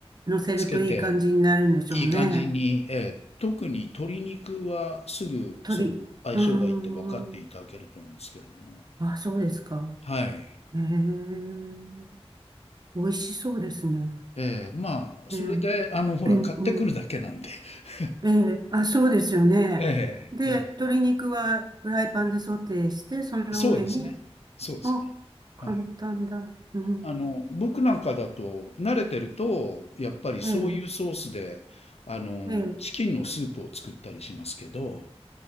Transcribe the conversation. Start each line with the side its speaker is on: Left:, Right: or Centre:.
Right: 乗せるといい感じになるんでしょうね。
Left: つけて、いい感じに、ええ、特に鶏肉はすぐその相性がいいって分かっていただけると思うんですけれども。
Right: 鳥。うーん。あ、そうですか。
Left: はい。
Right: えー、美味しそうですね。
Left: ええ、まあ、
Right: えー、
Left: それで、あの、ほら、
Right: うんうん
Left: 買ってくるだけなんで。<laughs>
Right: えーあ、そうですよね。
Left: ええ、
Right: で、
Left: え
Right: 鶏肉はフライパンでソテーして、その上に、
Left: え、そうですね。そうですね。
Right: あ、
Left: はい。
Right: 簡単だ。うん、
Left: あの、僕なんかだと、慣れてると、やっぱりそういうソースで、
Right: えー、
Left: あの、
Right: えー、
Left: チキンのスープを作ったりしますけど、